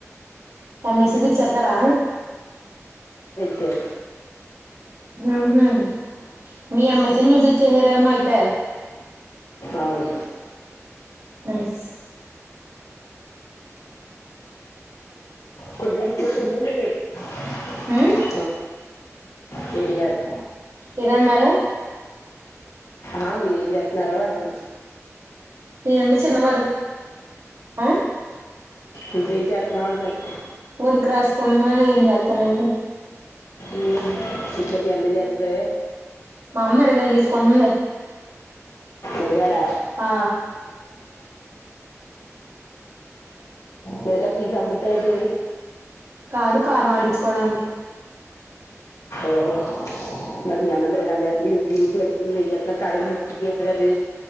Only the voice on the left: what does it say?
కొ
అవును
<unintelligible>
పెడియాదు
ఆ మీరేం చేత్తన్నారు అంటన్న
నువ్వేం చేస్తున్నావు అంటున్నాను
హ్మ్ ఇట్ల మీ అమ్మేం చేత్తదే
ఎరిగాాల
మిరగాయలు తీసి అమ్ముద్దా ఏటి
ఓహో మరి అందరి దగ్గర <inaudible> <inaudible> ఏందీ